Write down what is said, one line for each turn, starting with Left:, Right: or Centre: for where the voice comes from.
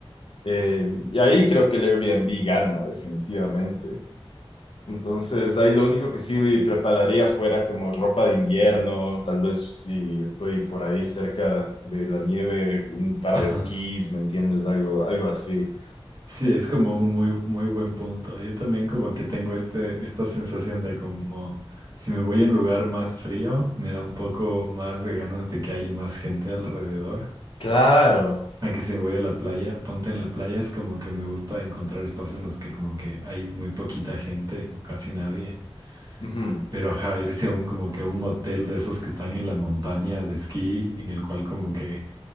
Left: Eh, y ahí creo que el Airbnb gana, definitivamente. Entonces, ahí lo único que sí me prepararía fuera como ropa de invierno, tal vez si estoy por ahí cerca de la nieve, un par
Right: ajá.
Left: de esquís, ¿me entiendes? Algo, algo así.
Right: Sí, es como un muy, muy buen punto. Yo también como que tengo este, esta sensación de como si me voy a un lugar más frío, me da un poco más de ganas de que haya más gente alrededor.
Left: Claro.
Right: A que si voy a la playa, ponte en la playa, es como que me gusta encontrar espacios en los que como que hay muy poquita gente o casi nadie.
Left: Ujú.
Right: Pero ajá, irse a un como que a un hotel de esos que están en la montaña de esquí, en el cual como que,